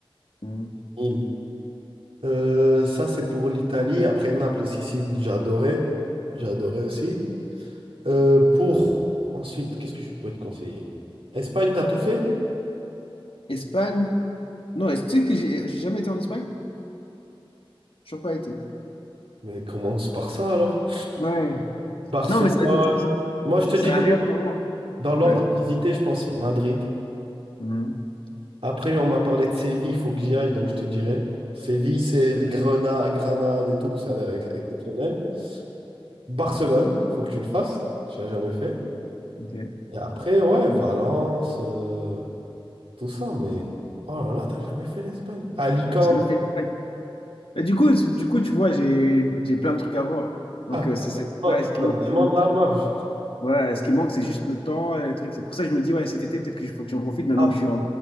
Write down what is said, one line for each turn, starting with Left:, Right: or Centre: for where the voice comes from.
Left: Mmh.
Right: Il- Euh, ça, c'est pour l'Italie. Après Naples et Sicile, j'adorais. J'adorais aussi. Euh, pour ensuite, qu'est-ce que je pourrais te conseiller? Espagne, t'as tout fait?
Left: Espagne? Non, est-ce tu sais que j'ai j'ai jamais été en Espagne? J'ai toujours pas été.
Right: Mais commence par ça alors.
Left: Ouais.
Right: Barcelone.
Left: Non, mais ça- ça-
Right: Moi, je te
Left: c'est
Right: dis dans
Left: un rêve pour moi.
Right: dans l'ordre
Left: Ouais.
Right: à visiter, je pense Madrid.
Left: Mhm.
Right: Après, on m'a parlé de Séville, il faut que j'y aille, donc je te dirai. Séville, c'est le Grenade, Grenade et tout, ça a l'air ex- exceptionnel. Barcelone, faut que tu le fasses, tu l'as jamais fait.
Left: Ok. J'ai
Right: Et après, ouais, Valence, euh, tout ça, mais oh là là, t'as jamais fait l'Espagne. Alicante,
Left: jamais fait l'Espagne. Et Du coup, c'est- du coup, tu vois, j'ai j'ai plein de trucs à voir. Donc,
Right: ah,
Left: euh, c'est c'est- c'est
Right: t'as
Left: pas
Right: t'as
Left: ce qui manque.
Right: vraiment
Left: c'est-
Right: de la marge.
Left: Ouais, ce qui manque, c'est juste le temps et le truc. C'est pour ça que je me dis, ouais, cet été, peut-être que je- faut que j'en profite maintenant
Right: Ap-
Left: que je suis en